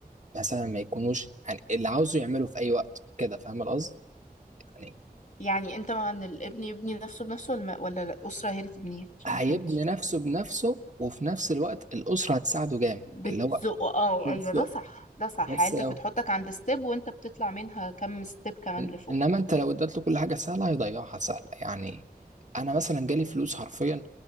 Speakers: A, on the right; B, on the left.
A: مثلا ما يكونوش يعني اللي عاوزه يعمله في اي وقت كده فاهم القصد يعني
B: يعني انت مع ان الابن يبني نفسه بنفسه ولا ولا الاسره هي اللي تبنيه عشان
A: هيبني
B: ما فهمتش
A: نفسه بنفسه وفي نفس الوقت الاسره هتساعده جامد
B: بتزقه
A: اللي هو
B: اه
A: بس
B: ايوه ده صح ده صح
A: بس
B: عيلتك بتحطك عند ستيب وانت بتطلع منها كم ستيب كمان
A: إن-
B: لفوق
A: انما انت لو اديت له كل حاجه سهله هيضيعها سهله يعني انا مثلا جالي فلوس حرفيا